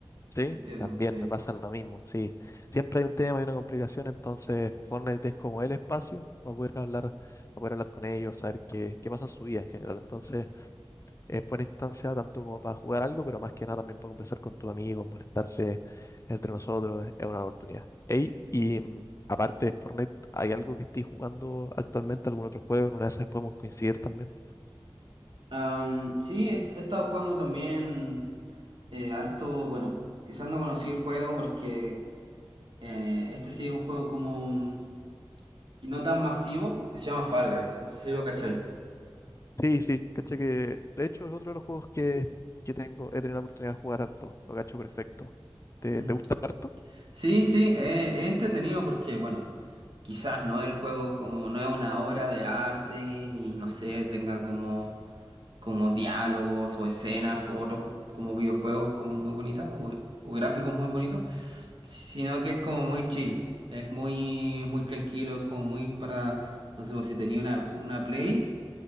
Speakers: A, on the left; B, on the right.
A: Sí,
B: te entiendo,
A: también
B: sí.
A: me pasa lo mismo, sí. Siempre hay un tema y una complicación, entonces Fortnite es como el espacio para poder hablar, para poder hablar con ellos, saber qué, qué pasa en su vida en general. Entonces, es buena instancia tanto como para jugar algo, pero más que nada también para conversar con tus amigos, molestarse entre nosotros, es es una oportunidad. Ey, y mm, aparte de Fortnite, ¿hay algo que estés jugando actualmente, algún otro juego? En una de esas podemos coincidir también.
B: Am, sí, he, he estado jugando también eh, harto, bueno, quizás no conocí el juego porque eh, este sí es un juego como... y no tan masivo que se llama Fall Guys. No sé si lo cacháis.
A: Sí, sí, caché que de hecho es otro de los juegos que, que tengo, he tenido la oportunidad de jugar harto, lo cacho perfecto. ¿Te,
B: Mm.
A: te gusta harto?
B: Sí, sí, eh, es entretenido porque, bueno, quizás no es el juego como, no es una obra de arte, ni no sé, tenga como, como diálogos o escenas como otros, como videojuegos como muy bonitas o, o gráficos muy bonitos, sino que es como muy chill, es muy, muy tranquilo, es como muy para, no sé, pues, si tenía una, una Play.